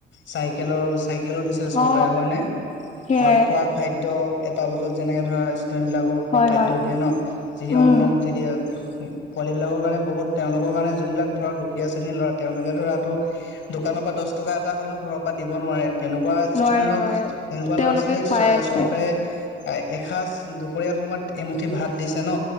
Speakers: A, on the left; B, on the left.
A: চাইকেলৰ চাইকেলো দিছে চৰকাৰে
B: অ
A: হয়নে।
B: সেয়াই
A: আৰু খোৱা খাদ্য এটা বজাত যেনেকে ধৰা ষ্টুডেণ্ট বিলাকক খোৱা
B: হয়
A: খাদ্য
B: হয়
A: দিয়ে ন যি সি
B: উম
A: অন্ন‌ মুঠি দিয়ে পোৱালী বিলাকৰ কাৰণে বহুত তেওঁলোকৰ কাৰণে যোনবিলাক ধৰক দুখীয়া শ্ৰেণীৰ ল'ৰা তেওঁলোকে ধৰাটো দোকানৰ পৰা দছ টকা এটা হলেও ঘৰৰ পৰা দিব নোৱাৰে তেনেকুৱা
B: নোৱাৰে
A: ষ্টুডেণ্টক
B: নোৱাৰে
A: তেনেকুৱা
B: তেওঁলোকে
A: ল'ৰা ছোৱালীক
B: খুৱাই আছে
A: চৰকাৰে এ এসাঁজ দুপৰীয়া সময়ত এমুঠি ভাত দিছে ন